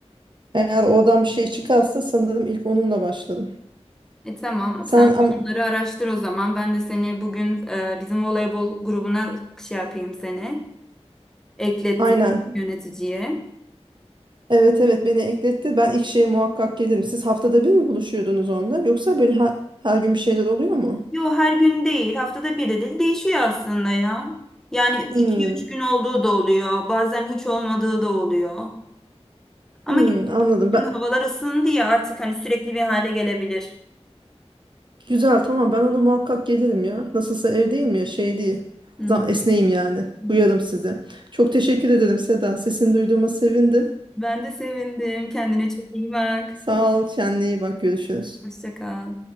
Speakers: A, on the right; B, in the centre.
A: eğer oradan bir şey çıkarsa sanırım ilk onunla başladım.
B: E tamam
A: Sen
B: sen
A: ama
B: bunları araştır o zaman. Ben de seni bugün e, bizim voleybol grubuna şey yapayım seni. Eklettim
A: aynen.
B: yöneticiye.
A: Evet evet beni ekletti. Ben ilk şeye muhakkak gelirim. Siz haftada bir mi buluşuyordunuz onda? Yoksa böyle her, her gün bir şeyler oluyor mu?
B: Yo her gün değil haftada bir de değil değişiyor aslında ya. Yani iki
A: Hmm,
B: üç gün olduğu da oluyor. Bazen hiç olmadığı da oluyor. Ama
A: hmm, anladım.
B: şimdi
A: Ben,
B: havalar ısındı ya artık hani sürekli bir hale gelebilir.
A: güzel tamam ben ona muhakkak gelirim ya. Nasılsa evdeyim ya şey değil.
B: Hı
A: Za- Esneyim yani.
B: hı.
A: Uyarım size. Çok teşekkür ederim Seda. Sesini duyduğuma sevindim.
B: Ben de sevindim. Kendine çok iyi bak.
A: Sağ ol. Kendine iyi bak. Görüşürüz.
B: Hoşça kal.